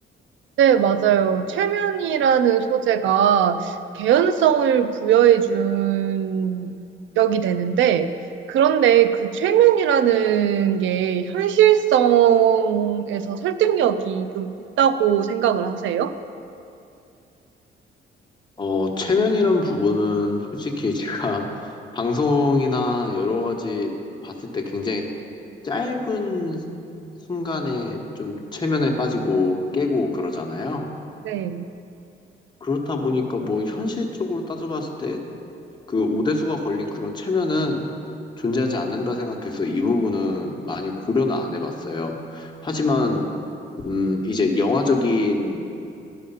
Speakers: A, on the right; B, on the left.
A: 네, 맞아요. 최면이라는 소재가 개연성을 부여해준 역이 되는데, 그런데 그 최면이라는 게 현실성에서 설득력이 좀 있다고 생각을 하세요?
B: 어, 최면이란 부분은 솔직히 제가 <laughs> 방송이나 여러 가지 봤을 때 굉장히 짧은 순간에 좀 최면에 빠지고 깨고 그러잖아요.
A: 네.
B: 그렇다 보니까 뭐 현실적으로 따져봤을 때 그 오대수가 걸린 그런 체면은 존재하지 않는다 생각해서 이 부분은 많이 고려는 안 해봤어요. 하지만 음 이제 영화적인